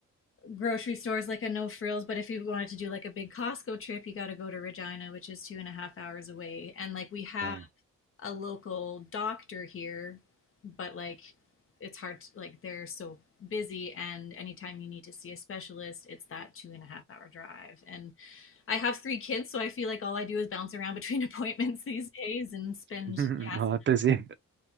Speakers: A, on the left (about 45°); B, on the right (about 40°).
A: grocery stores like a no frills but if you wanted to do like a big costco trip you got to go to regina which is two and a half hours away and like we have
B: Wow.
A: a local doctor here but like it's hard to, like they're so busy and anytime you need to see a specialist it's that two and a half hour drive and i have three kids so i feel like all i do is bounce around between <laughs> appointments these days and spend
B: <laughs>
A: gas
B: Oh, I'm busy.